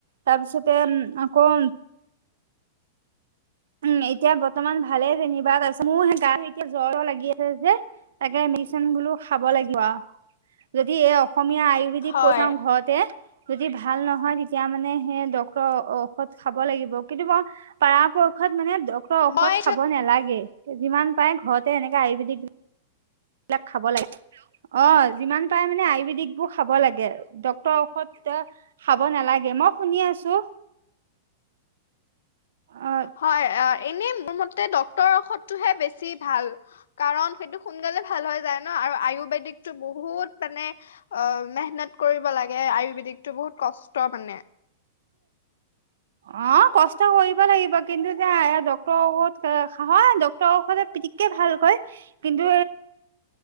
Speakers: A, on the right (about 80°); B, on the left (about 85°).
A: তাৰ পিছতে আকৌ উম এতিয়া বত বৰ্তমান ভালে থাকিবা তাৰ পিছত মোৰ গা বিষ জ্বৰ লাগি আছে যে তাকে মিশন বলো খাব লাগিব আ যদি এই অসু অসমীয়া আয়ুৰ্বেদিক
B: হয়,
A: কৈ চাওঁ ঘৰতে। যদি ভাল নহয় তেতিয়া মানে সেই ডক্টৰৰ ঔষধ খাব লাগিব, কিন্তু ব পাৰা। ঔষধ মানে ডক্টৰৰ ঔষধ
B: মই
A: খাব নালাগে। যিমান পাই ঘৰতে এনেকে আয়ুৰ্বেদিক। এইবিলাক খাব লাগে। অ যিমান পাৰে মানে আয়ুৰ্বেদিক বোৰ খাব লাগে, ডক্তৰৰ ঔষধ খাব নালাগে, মই শুনি আছো। অ
B: হয়! এনে মোৰ মতে ডক তাৰ ঔষধটোহে বেছি ভাল কাৰণ সেইটো সোনকালে ভাল হৈ যায় ন আৰু আয়ুৰ্বেদিক। বহুত মানে অ। মেহনত কৰিব লাগে আয়ুৰ্বেদিকতটো বহুত কষ্ট মানে।
A: অ কষ্ট কৰিব লাগিব কিন্তু ডক্তৰৰ ঔষধ‌, হয় ডক্তৰৰ ঔষধে পিতিককে ভাল কৰে, কিন্তু